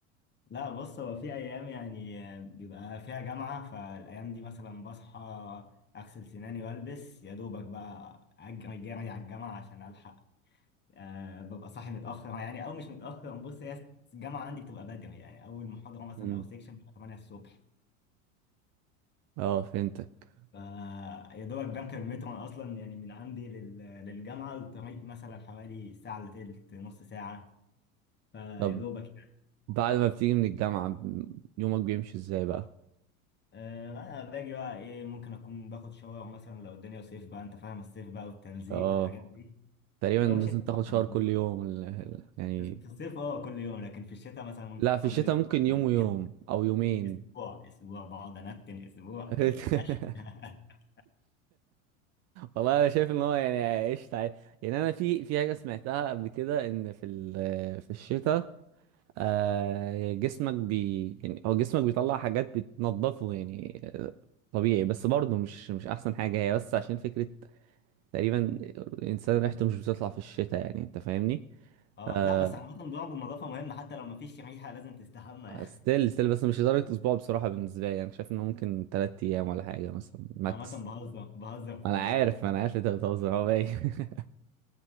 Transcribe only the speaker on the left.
لا بص هو في ايام يعني آه، بيبقى فيها جامعة فالايام دي مثلا بصحى اغسل سناني والبس يا دوبك بقى اجري جري على الجامعة عشان الحق أه ببقى صاحي متأخر يعني او مش متأخر بص هي الجامعة عندي بتبقى بدري يعني اول محاضرة مثلا
او سيكشن بتبقى 8 الصبح
ف يا دوبك بنكر المترو انا اصلا يعني من عندي لل... للجامعة الطريق مثلا حوالي ساعة الا تلت نص ساعة فيا
دوبك
آه، لا انا باجي بقى ايه ممكن اكون باخد شاور مثلا لو الدنيا صيف بقى انت فاهم الصيف بقى والتلزيق
والحاجات دي
لو
شتاء
لا
ما باخدش
في في الصيف اه كل يوم لكن في الشتاء مثلا ممكن
كل
اسبوع
<laughs>
اسبوع اسبوع بقعد انتن اسبوع
أش- <laughs>
اه
لا بس عامة برضه النظافة مهمة حتى لو مفيش ريحة لازم تستحمى يعني
<laughs>
عامة بهزر بهزر في
موضوع
الزيوت
<laughs>